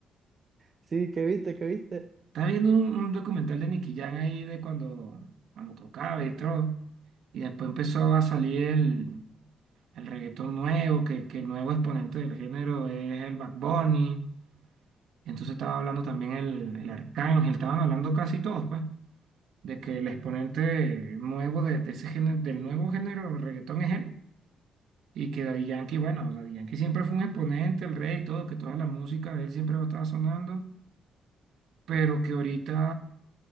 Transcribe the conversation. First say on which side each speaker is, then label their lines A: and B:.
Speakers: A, on the right (about 45°); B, on the right (about 70°).
A: Sí, ¿qué viste? ¿Qué viste?
B: Estaba viendo un, un documental de Nicky Jam ahí de cuando, cuando tocaba y todo. Y después empezó a salir el, el reggaetón nuevo, que, que el nuevo exponente del género es el Bad Bunny. Entonces estaba hablando también el, el Arcángel, estaban hablando casi todos, pues, de que el exponente nuevo de, de ese género, del nuevo género del reggaetón es él. Y que Daddy Yankee, bueno, Daddy Yankee siempre fue un exponente, el rey y todo, que toda la música de él siempre va a estar sonando, pero que ahorita